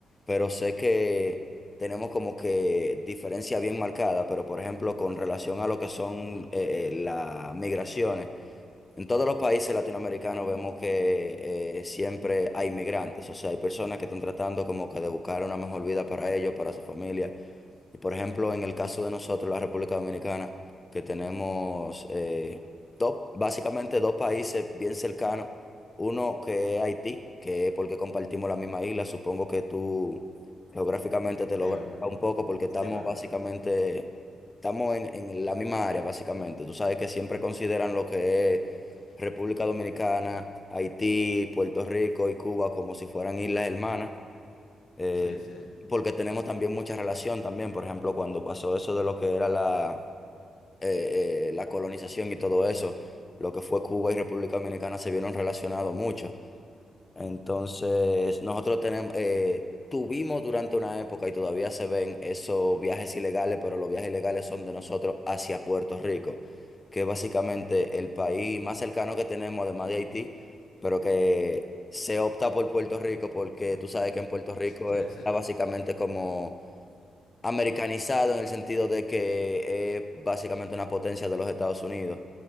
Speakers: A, on the left (about 25°); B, on the left (about 80°).
A: pero sé que tenemos como que diferencia bien marcada, pero por ejemplo, con relación a lo que son eh, eh, las migraciones, en todos los países latinoamericanos vemos que eh, siempre hay migrantes, o sea, hay personas que están tratando como que de buscar una mejor vida para ellos, para su familia. Y por ejemplo, en el caso de nosotros, la República Dominicana, que tenemos eh, dos, básicamente dos países bien cercanos, uno que es Haití, que es porque compartimos la misma isla, supongo que tú geográficamente
B: Sí,
A: te logras
B: pero-
A: un poco porque estamos
B: sí, pero-
A: básicamente, estamos en, en la misma área básicamente. Tú sabes que siempre consideran lo que es República Dominicana, Haití, Puerto Rico y Cuba como si fueran islas hermanas. Eh,
B: sí, sí,
A: porque tenemos también mucha relación también, por ejemplo, cuando pasó eso de lo que era la, eh, eh, la colonización y todo eso, lo que fue Cuba y República Dominicana se vieron relacionados mucho. Entonces, nosotros tenemos, eh, tuvimos durante una época y todavía se ven esos viajes ilegales, pero los viajes ilegales son de nosotros hacia Puerto Rico, que es básicamente el país más cercano que tenemos, además de Haití, pero que se opta por Puerto Rico porque tú sabes que en Puerto Rico
B: sí,
A: está
B: sí.
A: básicamente como americanizado en el sentido de que es básicamente una potencia de los Estados Unidos.